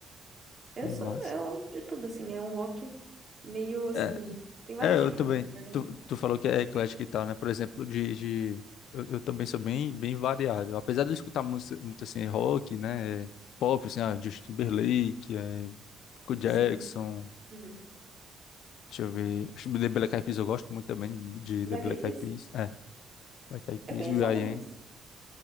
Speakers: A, on the right; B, on the left.
A: Eu
B: Queen
A: sou,
B: é massa.
A: eu gosto de tudo, assim. É um rock meio assim.
B: É,
A: Tem vários
B: é, eu
A: tipos
B: também.
A: de rock, na verdade.
B: Tu,
A: né?
B: tu falou que é eclético e tal, né? Por exemplo, de, de eu, eu também sou bem, bem variado. Apesar de eu escutar música, muito assim, rock, né? Pop, assim, ah, Justin Timberlake, é, Michael Jackson,
A: Sim. Uhum.
B: deixa eu ver. Acho que The Black Eyed Peas eu gosto muito também de
A: Black
B: The Black
A: Eyed Peas?
B: Eyed Peas. É, Black Eyed Peas,
A: Eu conheço
B: will.i.am.
A: algumas.